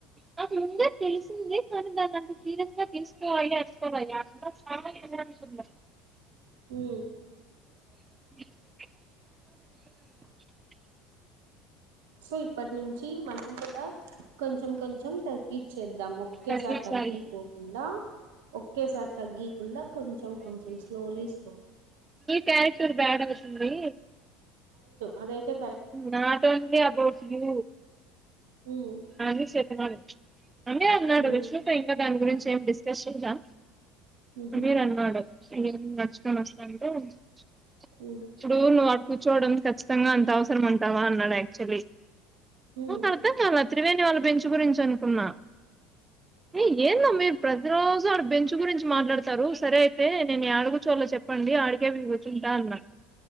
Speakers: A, on the right (about 20°); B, on the right (about 70°).
A: నాకు ముందే తెలిసింది కానీ దాన్ని అంత సీరియస్ గాతీసుకో అయ అస్తయ అ ఎ అనుకున్న
B: ఊమ్
A: <unintelligible>
B: సో ఇప్పటి నుంచి మనం కూడా కొంచెం కొంచెం తక్ తగ్గిచ్చేద్దాం ఒక్కేసారి
A: తగ్గించాలి
B: తగ్గికోకుండా ఒకేసారి తగ్గికుండా కొంచెం కొంచెం స్లోలీ స్లోలీ
A: క్యారక్టర్ బ్యాడ్ అవ దీ
B: అదయితే
A: not only about you
B: um
A: అది చె తినాలి అని అన్నాడు
B: ఉమ్
A: విష్ణుపై ఇంకా దాని గురించి సేమ్ డిస్కషన్స్ ఆ
B: ఉహు
A: అమీర్ అన్నాడు మీకు <unintelligible>
B: ఉమ్
A: చూడు నువ్వు కూర్చోవడం ఖచ్చితంగా అంత అవసరం అంటావా అన్నాడు యాక్చువల్లీ
B: ఉమ్
A: నాకర్థం కాలా త్రివేణి వాళ్ళ బెంచ్ గురించి అనుకున్న ఏ ఎందమ్మే ప్రతి రోజు ఆడ బెంచ్ గురించి మాట్లాడ తరు సరే అయితే నేను యాడ కుచ్చోల్లో చెప్పండి ఆడికే తింటాండ్ర